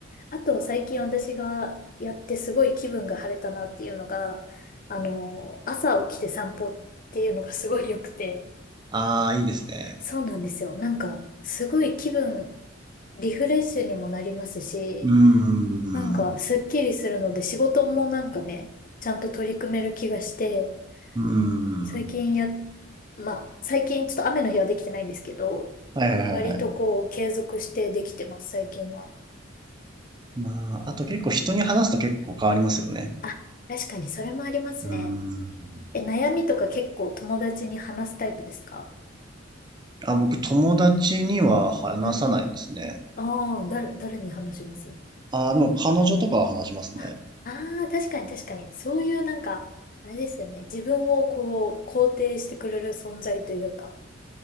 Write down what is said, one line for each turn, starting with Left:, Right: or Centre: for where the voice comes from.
Left: あと、最近私がやってすごい気分が晴れたなっていうのが、あの、朝起きて散歩っていうのがすごい良くて。
Right: ああ、いいですね。
Left: そうなんですよ。なんか、すごい気分、リフレッシュにもなりますし、
Right: うーん。
Left: なんか、
Right: う
Left: すっきりするので、仕事もなんかね、ちゃんと取り組める気がして、
Right: ー
Left: 最近や、
Right: ん。
Left: まあ、最近ちょっと雨の日はできてないんですけど、
Right: はいはいはいはい。
Left: 割とこう、継続してできてます、最近は。
Right: まあ、あと結構人に話すと結構変わりますよね。
Left: あ、確かにそれもありますね。
Right: うーん。
Left: え、悩みとか結構友達に話すタイプですか
Right: あ、僕友達には話さないですね。
Left: うん。ああ、誰、誰に話します
Right: あ、でも彼女とかは話しますね。
Left: ああー、確かに確かに。そういうなんか、あれですよね。自分をこう、肯定してくれる存在というか、